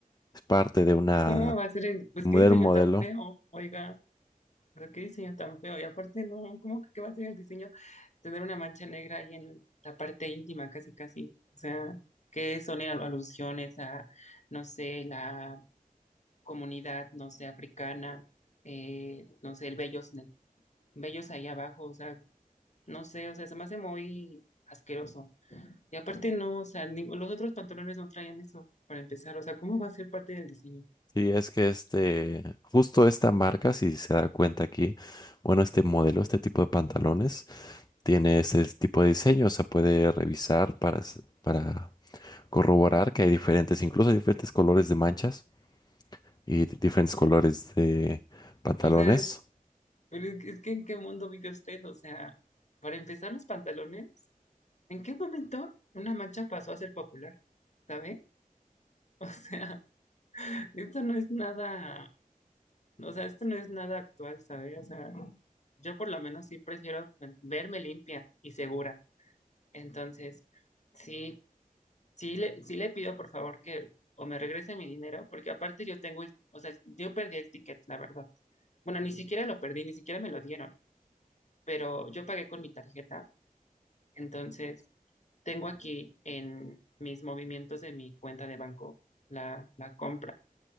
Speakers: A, on the left; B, on the left.
A: es parte de una,
B: ¿Cómo va a ser el, pues
A: del
B: qué diseño
A: modelo.
B: tan feo? Oiga, o sea, qué diseño tan feo. Y aparte, no, ¿cómo que qué va a ser el diseño tener una mancha negra ahí en la parte íntima, casi, casi. O sea, que son al- alusiones a, no sé, la comunidad, no sé, africana, eh, no sé, el vellos, el vellos ahí abajo, o sea, no sé, o sea, se me hace muy asqueroso. Y aparte no, o sea, ning- los otros pantalones no traían eso, para empezar, o sea, ¿cómo va a ser parte del diseño?
A: Sí, es que este, justo esta marca, si se da cuenta aquí, bueno, este modelo, este tipo de pantalones. tiene ese tipo de diseño, se puede revisar para, s- para corroborar que hay diferentes, incluso hay diferentes colores de manchas y di- diferentes colores de pantalones.
B: O sea, pero es que, es que ¿en qué mundo vive usted? O sea, para empezar los pantalones, ¿en qué momento una mancha pasó a ser popular? ¿Sabe? <laughs> Esto no es nada, o sea, esto no es nada actual, ¿sabes? O sea, yo por lo menos sí prefiero verme limpia y segura. Entonces, sí, sí le, sí le pido por favor que o me regrese mi dinero, porque aparte yo tengo el, o sea, yo perdí el ticket, la verdad. Bueno, ni siquiera lo perdí, ni siquiera me lo dieron, pero yo pagué con mi tarjeta. Entonces, tengo aquí en mis movimientos de mi cuenta de banco la, la compra.